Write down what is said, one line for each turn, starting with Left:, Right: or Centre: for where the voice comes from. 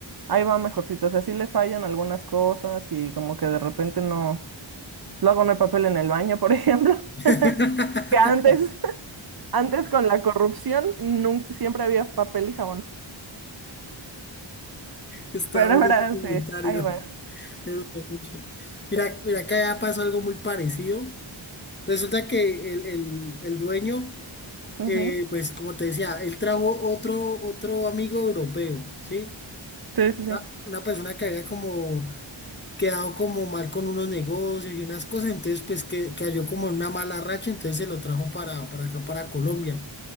Right: ahí va mejorcito, o sea, sí le fallan algunas cosas y como que de repente no, luego no hay papel en el baño, por ejemplo,
Left: <laughs>
Right: <laughs> que antes, <laughs> antes con la corrupción, nunca, siempre había papel y jabón.
Left: Está
Right: Pero
Left: bonito
Right: ahora
Left: tu
Right: sí,
Left: comentario.
Right: ahí va.
Left: Me gustó mucho. Mira, mira que allá pasó algo muy parecido. Resulta que el, el- el dueño
Right: Ujú,
Left: eh, pues como te decía, él trajo otro, otro amigo europeo, ¿sí?
Right: Sí, sí, sí.
Left: Una, una persona que había como quedado como mal con unos negocios y unas cosas, entonces pues que cayó como en una mala racha, entonces se lo trajo para, para acá, para Colombia,